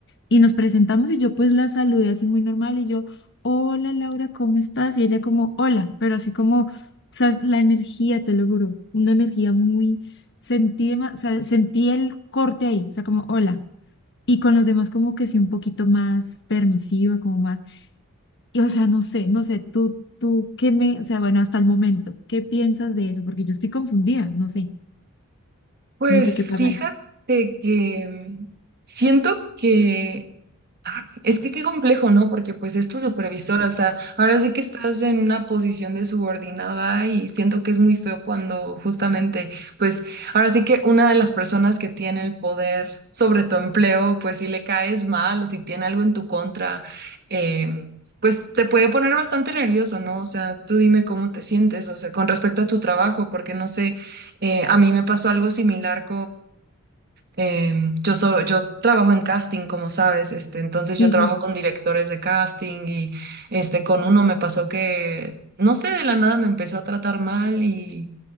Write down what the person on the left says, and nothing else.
y nos presentamos y yo pues la saludé así muy normal y yo, hola Laura, ¿cómo estás? Y ella como, hola, pero así como, o sea, es la energía, te lo juro, una energía muy, sentí, dema- o sea, sentí el corte ahí, o sea, como, hola. Y con los demás como que sí, un poquito más permisiva, como más, y o sea, no sé, no sé, tú, tú, ¿qué me, o sea, bueno, hasta el momento, ¿qué piensas de eso? Porque yo estoy confundida, no sé,
no sé qué pasa
ahí.
Sí,
sí,